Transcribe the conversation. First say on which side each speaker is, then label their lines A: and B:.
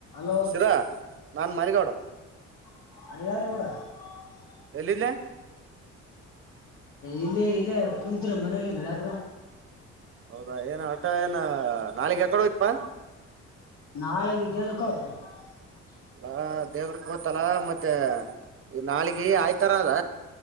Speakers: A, on the left; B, on the right.
A: Hello.
B: ಸಿದಾ ನಾನ್ ಮಲಿಗೌಡ.
A: <unintelligible>
B: ಇಲ್ಲೆ.
A: ಇಲ್ಲ ಇಲ್ಲೇ ಕುತ್ರ ಮನೇಲಿ ಯಾಕ್ರ
B: ಹೌದಾ ಏನ ಆಟ ಏನ ನಾಳಿಗೆ ಯಕಡೆೋಯ್ಪಾ.
A: <unintelligible>
B: ಅ ದೇವ್ರ ಕೋತಲ ಮತ್ತೆ ಈ ನಾಳಿಗೆ ಆಯ್ತಾರ ಅದ.